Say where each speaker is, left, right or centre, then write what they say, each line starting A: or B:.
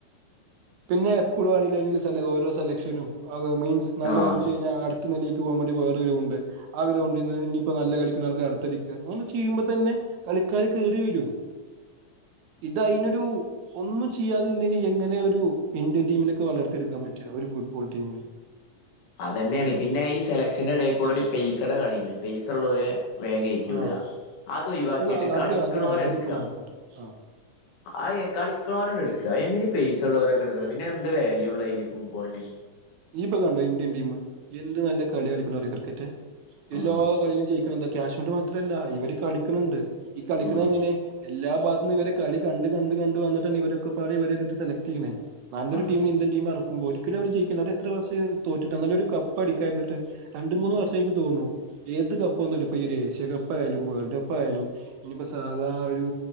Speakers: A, on the right; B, on the left.
A: പിന്നെ എപ്പളും വാണങ്കിലും അയിന് ള്ള സെ ഓരോ സെലക്ഷനും അത് മീൻസ് നല്ല
B: ആഹ്
A: കളിച്ച് കഴിഞ്ഞാൽ അടുത്ത നിലയിൽ കളിക്കു പോവാൻ വേണ്ടി വോറെ കീഴെ മുമ്പോ അതിന് കൊണ്ട് ചെന്ന് ഇപ്പോ നല്ല കളിക്കുന്നർക്ക് അടുത്ത അങ്ങനെ ചെയ്യുമ്പ തന്നെ കളി ഇക്കാര് കേറിവരു ഇത് അയിനൊരു ഒന്നു ചെയ്യാതിരുന്നാ എങ്ങനെ ഒരു ഇന്ത്യൻ ടീമിനൊക്കെ വളർത്തിയെടുക്കാൻ പറ്റ? ഒരു ഫുട്ബോൾ ടീമിന്
B: അതു തന്നെയാണ് പിന്നെ ഈ സെലക്ഷന്റെ എടയിൽ കൂടെ ഒരു പയ്സയുടെ കളിയുണ്ട്. പയ്സ ഉള്ളെരു വേം കേറ്റി വിട.
A: ആഹ്
B: അത് ഒഴിവാക്കിട്ട്
A: അത്
B: കളിക്ക്ണോരെ
A: അത് അത് നട
B: എട്ക്ക.
A: അതിപ്പോ നടക്ക്ണ്ട് ആഹ്
B: അയ് കളിക്കണവരണ്ടെടുക്കുക പൈസ ഉള്ളോരല്ലേ ഇട്ക്ക്ണെ പിന്നെ എന്ത് വാല്യൂള്ള അയ്ല് ഫുട്ബോൾന്?
A: നീയിപ്പൊ കണ്ടോ ഇന്ത്യൻ ടീം എന്ത് നല്ല കളി കളിക്കണെ ക്രിക്കറ്റ് എല്ലാ
B: ആഹ്
A: കളികളും ജയിക്കും. എന്ത് കാശുകൊണ്ടു മാത്രല്ല ഇവര് കളിക്കണുണ്ട്. ഈ കളിക്കുന്നത്
B: ആഹ്
A: എങ്ങനെ? എല്ലാ ഭാഗത്തും ഇവരുടെ കളി കണ്ട് കണ്ട് കണ്ട് വന്നിട്ടാണ് ഇവരൊക്കെ പാടെ ഇവരെ സെലക്ട്യ്യെണേ നല്ല ഒരു
B: ആഹ്
A: ടീമിനെ ഇന്ത്യൻ ടീം എർ ക്കുമ്പോ ഒരിക്കലും അവര് ജയിക്കല്ല രണ്ട് വർഷം ആയുള്ളൂ തോറ്റിട്ട് നല്ലൊരു കപ്പ് അടിക്കായിരുന്നിട്ട് രണ്ട് മൂന്ന് വർഷം എനിക്ക് തോന്ന് ണു ഏത് കപ്പ് വ ഒരു ഏഷ്യ കപ്പായാലും വേൾഡ് കപ്പായാലും ഇനിപ്പോ സാധാ ഒരു